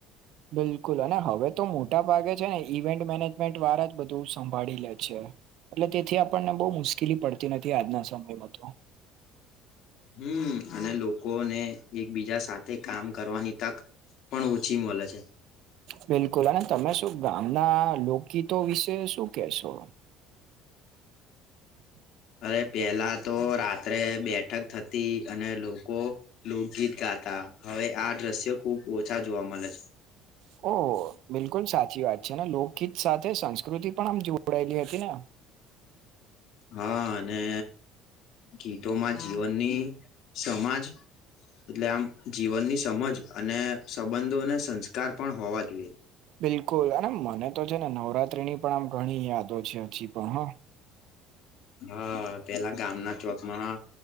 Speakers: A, on the right; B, on the left.
A: બિલકુલ અને હવે તો મોટા ભાગે જ છે ને ઇવેન્ટ મેનેજમેન્ટ વાર જ બધું સંભાળી લે છે એટલે તેથી આપણને બહુ મુશ્કેલી પડતી નથી આજના સમયમાં તો
B: હમ અને લોકોને એકબીજા સાથે કામ કરવાની તક પણ ઓછી મળે છે
A: બિલકુલ અને તમે શું ગામના લોકગીતો વિશે શું કેશો <inaudible>
B: અરે પેલા તો રાત્રે બેઠક થતી અને લોકો લોકગીત ગાતા હવે આ દ્રશ્ય ખુબ ઓછા જોવા મળે છે
A: ઓ બિલકુલ સાચી વાત છે ને લો ગીત સાથે સંસ્કૃતિ પણ આમ જોડાયેલી હતી ને
B: હા અને ગીતોમાં જીવનની સમાજ એટલે આમ જીવનની સમજ અને સંબંધોને સંસ્કાર પણ હોવા જોઈએ
A: બિલકુલ અને મને તો છે ને નવરાત્રી ની પણ આમ ઘણી યાદો છે હજી પણ હ
B: હા પેલા ગામના ચોકમાં